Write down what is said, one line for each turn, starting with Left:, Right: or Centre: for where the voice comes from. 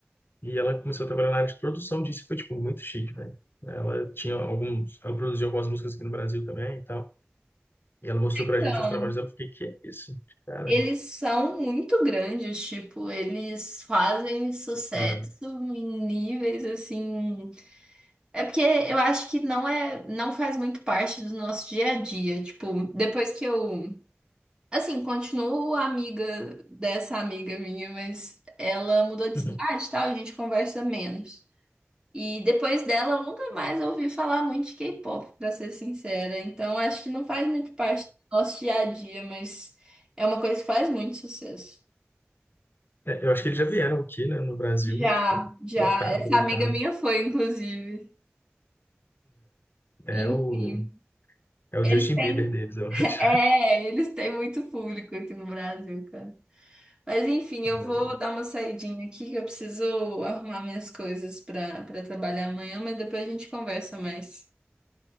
Left: E ela começou a trabalhar na área de produção disso, e foi, tipo, muito chique, né? Ela tinha alguns... Ela produziu algumas músicas aqui no Brasil também e tal. E ela mostrou
Right: Então,
Left: pra gente uns trabalhos Eu fiquei, que é isso? Cara,
Right: eles são muito grandes, tipo, eles fazem sucesso
Left: hum.
Right: em níveis assim. É porque eu acho que não é, não faz muito parte do nosso dia a dia. Tipo, depois que eu, assim, continuo amiga dessa amiga minha, mas ela mudou de
Left: Uhum.
Right: cidade e tal, a gente conversa menos. E depois dela, eu nunca mais ouvi falar muito de K-pop, pra ser sincera. Então, acho que não faz muito parte do nosso dia a dia, mas é uma coisa que faz muito sucesso.
Left: É, é, eu acho que eles já vieram aqui, né, no Brasil
Right: Já,
Left: e, tipo,
Right: já.
Left: lotado,
Right: Essa
Left: lotado.
Right: amiga minha foi, inclusive.
Left: É,
Right: Enfim.
Left: é o... É o
Right: Eles
Left: Justin
Right: têm
Left: Bieber deles, eu acho.
Right: É, eles têm muito público aqui no Brasil, cara. Mas enfim,
Left: <laughs>
Right: eu vou dar uma saidinha aqui que eu preciso arrumar minhas coisas para para trabalhar amanhã, mas depois a gente conversa mais.